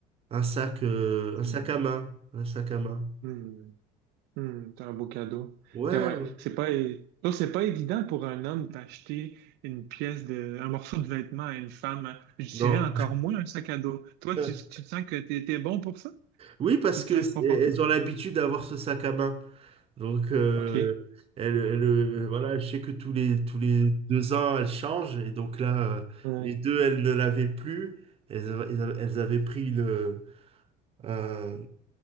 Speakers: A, on the right; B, on the right.
A: un sac, euh,
B: Hmm.
A: un sac à main, un sac à main.
B: Hmm. Hmm, c'est un beau cadeau.
A: Ouais,
B: Quand même, c'est pas, é- non, c'est pas évident pour un homme d'acheter une pièce de, un morceau de vêtement à une femme. hein. Je
A: non.
B: dirais encore moins un sac à dos. Toi,
A: <laughs>
B: tu, tu te sens que t'es, t'es bon pour ça?
A: Oui, parce
B: Tu
A: que
B: te sens
A: c'est-
B: confortable?
A: elles ont l'habitude d'avoir ce sac à main. Donc, euh,
B: OK.
A: elles- elles, euh, voilà, je sais que tous les, tous les deux ans, elles changent. Et donc là, euh,
B: Hmm,
A: les deux, elles ne l'avaient plus. Elles, avaient elles avaient pris le, euh,